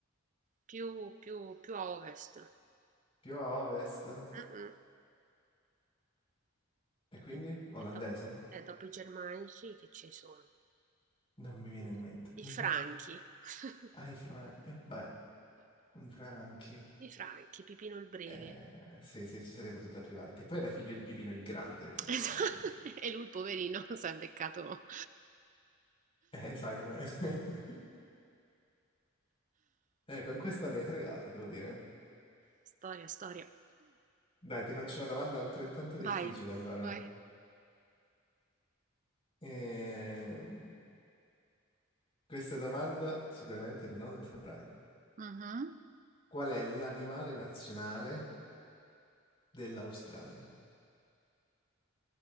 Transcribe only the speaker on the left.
Più a ovest.
E quindi?
Olandese?
Non mi viene
in mente. <laughs>
Ai Franchi. beh, i Franchi.
Eh, sì, sì, ci sarei potuto arrivare. Che poi era figlio di Pipino il Grande,
che
invece...
Eh, sai com'è. <laughs> Eh, con questa mi hai fregato, devo dire.
Dai, ti faccio una domanda altrettanto difficile,
allora.
Ehm, Questa domanda sicuramente non la saprai.
Qual è l'animale nazionale dell'Australia?